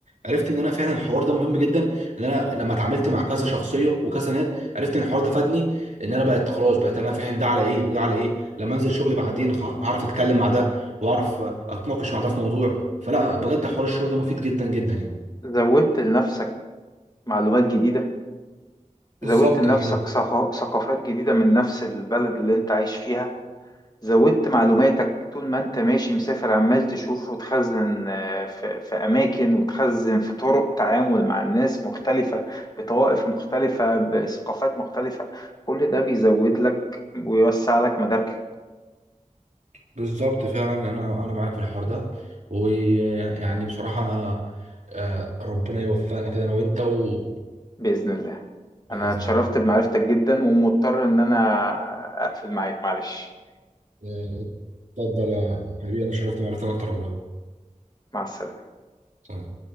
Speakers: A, on the right; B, on the left.
A: عرفت ان انا فعلا الحوار ده مهم جدا ان انا لما اتعاملت مع كذا شخصيه وكذا ناس عرفت ان الحوار ده فادني ان انا بقت خلاص بقت انا فاهم ده على ايه وده على ايه لما انزل شغل بعدين خ- هعرف اتكلم مع ده واعرف اتناقش مع ده في موضوع فلا بجد حوار الشغل ده مفيد جدا جدا يعني
B: زودت لنفسك معلومات جديدة
A: بالظبط
B: زودت لنفسك
A: ده حقيقي
B: ثق- ثقافات جديدة من نفس البلد اللي انت عايش فيها زودت معلوماتك طول ما انت ماشي مسافر عمال تشوف وتخزن آه، في في أماكن وتخزن في طرق تعامل مع الناس مختلفة بطوائف مختلفة بثقافات مختلفة كل ده بيزود لك ويوسع لك مداركك
A: بالظبط فعلا يعني انا انا معاك في الحوار ده ويعني بصراحه آه، ربنا يوفقنا كده انا وانت وباذن
B: بإذن الله
A: الله
B: أنا اتشرفت بمعرفتك جدا ومضطر إن أنا أقفل معاك معلش
A: آه، اتفضل يا حبيبي انا شرفت معرفتك اكتر والله
B: مع السلامة
A: سلام.